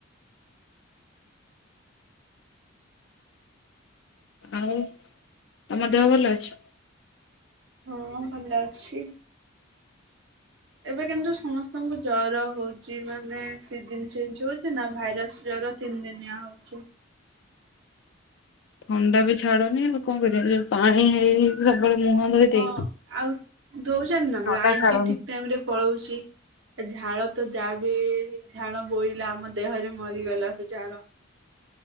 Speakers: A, on the left; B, on the right.
A: ଆଉ, ତମ ଦେହ ଭଲ ଅଛି?
B: ହଁ, ଭଲ ଅଛି। ଏବେ କିନ୍ତୁ ସମସ୍ତଙ୍କୁ ଜର ହଉଚି ମାନେ ସିଜିନ୍ ଚେଞ୍ଚ ହୋଉଛି ନା ଭାଇରସ୍ ଜର ତିନି ଦିନିଆ ହଉଚି।
A: ଥଣ୍ଡା ବି ଛାଡ଼ୁନି ଆଉ କଁ କରିଆ ଯୋଉ ପାଣି ହେଇି ସବୁବେଳେ ମୁହଁ ଧୋଇ ଦେଇ
B: ହଁ ଆଉ ଦୋଉଚନ୍ତି ନା
A: ଥଣ୍ଡା
B: ଲାଇନ୍
A: ଛାଡୁନି
B: ବି ଠିକ ଟାଇମରେ ପଳଉଚି। ଏ ଝାଳ ତ ଯାହା ବି ଝାଳ ବୋହିଲା ଆମ ଦେହରେ ମରିଗଲା ସେ ଝାଳ